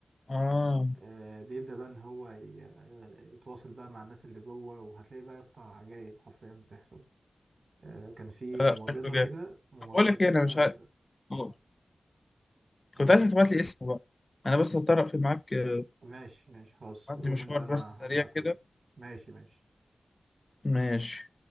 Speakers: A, on the left; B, on the right.
A: اه
B: آه بيبدأ بقى ان هو ي- آه، يتواصل بقى مع الناس اللي جوه وهتلاقي بقى يا اسطى عجايب حرفيا بتحصل آه كان في
A: لا
B: ممرضة
A: لا شكله جامد
B: كده ممرضة
A: طب بقول لك
B: كده
A: ايه انا مش عارف أوه.
B: اه اقول
A: كنت عايز
B: لي
A: تبعت لي اسمه بقى انا بس هطرق في معاك آه،
B: ماشي ماشي خلاص
A: عندي
B: روح
A: مشوار
B: انت انا
A: بس سريع
B: هبعته
A: كده
B: لك ماشي ماشي
A: ماشي